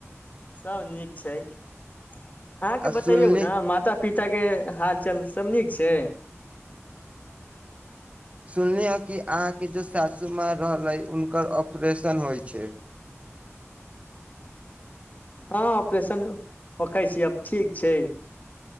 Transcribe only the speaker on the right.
आ
सुनली
सुनलियैँ कि अहाँके जेो सासू माँ रहलय हुनकर ऑपरेशन होइ छय